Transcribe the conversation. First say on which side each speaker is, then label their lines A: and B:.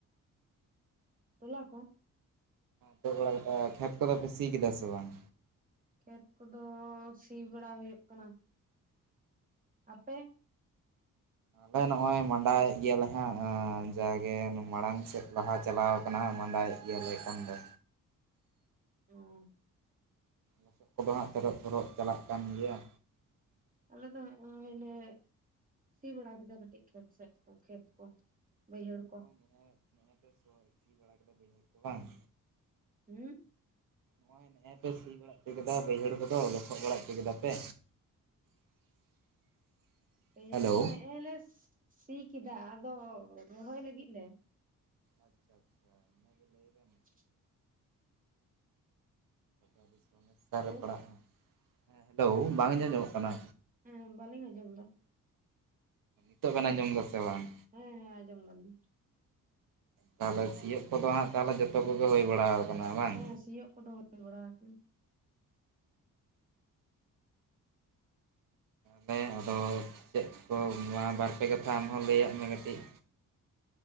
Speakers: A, on the right (about 25°); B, on the right (about 85°).
A: ᱛᱚᱞᱟ ᱠᱚ
B: ᱛᱚᱜ ᱵᱟᱲᱟ ᱞᱮᱠᱟ ᱠᱷᱮᱛ ᱠᱚᱫᱚ ᱯᱮ ᱥᱤ ᱠᱮᱫᱟ ᱥᱮ ᱵᱟᱝ
A: ᱠᱷᱮᱛ ᱠᱚᱫᱚ ᱥᱤ ᱵᱟᱲᱟ ᱦᱩᱭᱩᱜ ᱠᱟᱱᱟ ᱟᱯᱮ
B: ᱟᱞᱮ ᱱᱚᱜᱼᱚᱭ ᱢᱟᱸᱰᱟ ᱭᱮᱫ ᱜᱮᱭᱟᱞᱮ ᱦᱟᱸᱜ ᱡᱟᱜᱮ ᱢᱟᱲᱟᱝ ᱥᱮᱫ ᱞᱟᱦᱟ ᱪᱟᱞᱟᱣ ᱟᱠᱟᱱᱟ ᱢᱟᱸᱰᱟᱭᱮᱫ ᱜᱮᱭᱟ ᱞᱮ ᱮᱠᱷᱚᱱ ᱫᱚ
A: ᱳ᱾
B: ᱞᱚᱥᱚᱜ ᱠᱚᱫᱚ ᱦᱟᱸᱜ ᱛᱤᱨᱚᱜ ᱛᱚᱨᱚᱜ ᱪᱟᱞᱟᱜ ᱠᱟᱱ ᱜᱮᱭᱟ
A: ᱟᱞ ᱫᱚ ᱱᱚᱜᱚᱭ ᱞᱮ ᱥᱤ ᱵᱟᱲᱟ ᱠᱮᱫᱟ ᱠᱟᱹᱴᱤᱡ ᱠᱷᱮᱛ ᱥᱮᱫ ᱠᱚ ᱠᱷᱮᱛ ᱠᱚ ᱵᱟᱹᱭᱦᱟᱹᱲ
B: ᱱᱚᱜᱼᱚᱭ
A: ᱠᱚ
B: <unintelligible> ᱥᱤ ᱵᱟᱲᱟ ᱠᱮᱫᱟ ᱵᱟᱹᱭᱦᱟᱹᱲ ᱠᱚ ᱵᱟᱝ
A: ᱦᱩᱸ
B: ᱱᱚᱜ ᱚᱭ ᱱᱮᱜ-ᱮ ᱯᱮ ᱥᱤ ᱵᱟᱲᱟ ᱚᱪᱚ ᱠᱮᱫᱟ ᱵᱟᱹᱭᱦᱟᱹᱲ ᱠᱚᱫᱚ ᱞᱚᱥᱚᱫ ᱵᱟᱲᱟ ᱦᱚᱪᱚ ᱠᱮᱫᱟ ᱯᱮ <unintelligible>
A: ᱵᱟᱹᱭᱦᱟᱲ
B: ᱦᱮᱞᱳ
A: ᱠᱚ ᱱᱚᱜᱚᱭ ᱞᱮ ᱥᱤ ᱠᱮᱫᱟ ᱟᱫᱚ ᱨᱚᱦᱚᱭ ᱞᱟᱹᱜᱤᱫ ᱞᱮ
B: ᱟᱪᱪᱷᱟ ᱟᱪᱪᱷᱟ ᱤᱱᱟ ᱜᱮ ᱞᱟᱹᱭ
A: <unintelligible>
B: ᱵᱮᱱ ᱟᱹᱰᱤ ᱥᱚᱢᱚᱥᱟ
A: ᱦᱮᱞᱳ
B: ᱨᱮ ᱯᱟᱲᱟᱜᱼᱟ ᱦᱮᱸ ᱦᱮᱞᱳ ᱵᱟᱝ ᱟᱡᱚᱢ ᱧᱟᱢᱚᱜ ᱠᱟᱱᱟ
A: ᱦᱮᱸ ᱵᱟᱹᱞᱤᱧ ᱟᱸᱡᱚᱢ ᱮᱫᱟ
B: ᱱᱤᱛᱚᱜ ᱵᱮᱱ ᱟᱸᱡᱚᱢ ᱮᱫᱟ ᱥᱮ ᱵᱟᱝ
A: ᱦᱮᱸ ᱦᱮᱸ ᱟᱸᱡᱚᱢ ᱮᱫᱟᱞᱤᱧ
B: ᱛᱟᱦᱚᱞᱮ ᱥᱤᱭᱳᱜ ᱠᱚᱫᱚ ᱦᱟᱸᱜ ᱛᱟᱦᱚᱞᱮ ᱡᱚᱛᱚ ᱠᱚᱜᱮ ᱦᱩᱭ ᱵᱟᱲᱟ ᱟᱠᱟᱱᱟ ᱵᱟᱝ
A: ᱦᱮᱸ ᱥᱤᱭᱚᱜ ᱠᱚᱫᱚ ᱦᱩᱭ ᱵᱟᱲᱟ ᱟᱠᱟᱱᱟ
B: ᱢᱟᱱᱮ ᱟᱫᱚ ᱪᱮᱫ ᱠᱚ ᱱᱚᱣᱟ ᱵᱟᱨᱯᱮ ᱠᱟᱛᱷᱟ ᱟᱢ ᱦᱚ ᱞᱟᱹᱭ ᱟᱜ ᱢᱮ ᱠᱟᱹᱴᱤᱡ